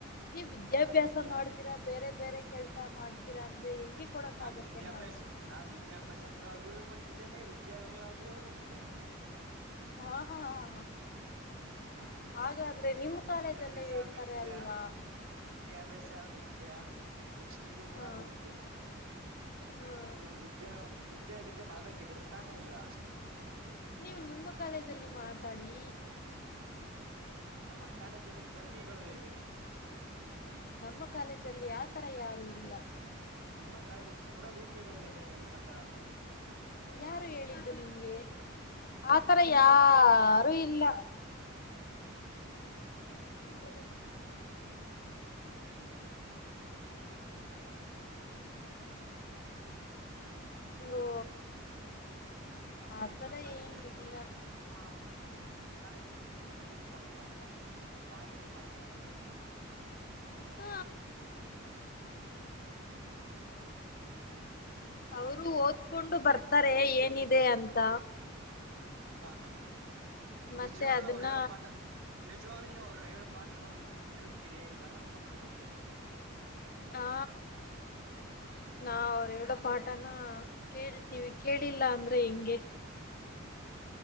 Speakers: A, on the left; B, on the right.
A: ನೀವ್ ವಿದ್ಯಾಭ್ಯಾಸ
B: ನಾನು ವಿದ್ಯಾ
A: ಮಾಡ್ದಿರಾ ಬೇರೆ ಬೇರೆ ಕೆಲ್ಸ ಮಾಡ್ತೀರಾ ಅಂದ್ರೆ ಹೆಂಗೆ. ಕೊಡಕ್
B: ನಾನು
A: ಆಗತ್ತೆ
B: ವಿದ್ಯಾಭ್ಯಾಸ
A: ನಾವು
B: ನಾನು ವಿದ್ಯಾಭ್ಯಾಸಕ್ಕಾಗಿಯೂ ಬಂದಿದ್ದೇನೆ ವಿದ್ಯಾಗವಾಗಿಯೂ ಬಂದಿದ್ದೇನೆ.
A: ಹಾ ಹಾ ಹಾ
B: ಹಾ
A: ಹಾಗಾದ್ರೆ ನಿಮ್ ಕಾಲೇಜಲ್ಲೇ
B: ವಿದ್ಯಾಭ್ಯಾಸ
A: ಇರ್ತಾರೆ
B: ವಿದ್ಯಾ
A: ಅಲ್ವಾ.
B: ವಿದ್ಯಾಭ್ಯಾಸ ವಿದ್ಯಾ ಲಕ್ಷ್ಮಿಗೂ ಕೂಡ
A: ಹ
B: ಬಂದಿದ್ದೇನೆ
A: ಹ
B: ನೀವು ವಿದ್ಯಾ ವಿದ್ಯ ಜೊತೆ ಮಾಲ್ರಕ್ಕೆ ಬಿಡ್ತಾನೆ ಇಲ್ಲ ನೀನು.
A: ನೀವು ನಿಮ್ಮ ಕಾಲೇಜಲ್ಲಿ ಮಾತಾಡಿ.
B: ನಮ್ಮ ಕಾಲೇಜಲ್ಲಿ ದಮ್ಮಿಗಳು ಇವೆ.
A: ನಮ್ಮ ಕಾಲೇಜಲ್ಲಿ
B: ನಿಮ್
A: ಆ ತರ ಯಾರು ಇಲ್ಲ.
B: ನಿಮ್ಮ ಕಾಲೇಜಲ್ ಸ್ಪುರದೂಪಿಗಳು ಇದಾರೆ ನಿಮ್ಮತ್ರ.
A: ಯಾರು ಹೇಳಿದ್ದು ನಿಮ್ಗೆ ಆತರ ಯಾರು ಇಲ್ಲ. <inaudible>
B: <unintelligible> Best college. <inaudible>
A: ಓ ಆತರ
B: ನಿಮ್ಮ ಕಾಲೇಜಲ್ಲಿ
A: ಏನು ಇಲ್ಲ
B: ನಿಮ್ಮ ಕಾಲೇಜು ಶಿಕ್ಷಕರು ಹೀಗೆ ಪಾಠ ಮಾಡುತ್ತಾರೆ ಬಾಯಲಿ ಮಾಡುತ್ತಾರಾ.
A: ಹ ಅವರು ಓದ್ಕೊಂಡು ಬರ್ತಾರೆ ಏನಿದೆ ಅಂತ.
B: ಹಾ ಹಾ
A: ಮತ್ತೆ
B: ನಿಜವಾಗಲೂ
A: ಅದನ್ನ
B: ಅವ್ರು ಹೇಳೋ ಪಾಠ ನಿಜವಾಗ್ಲು ನೀವು ಅವ್ರು ಹೇಳೊ ಪಾಠಗಳನ್ನು ಕೇಳುತ್ತೀರಿಯೆ ಗನ ಗಮನವಿಟ್ಟು.
A: ಹಾ ನಾ ಅವ್ರು ಹೇಳೋ ಪಾಠನ ಕೇಳ್ತೀವಿ ಕೇಳಿಲ್ಲ ಅಂದ್ರೆ ಹೆಂಗೆ.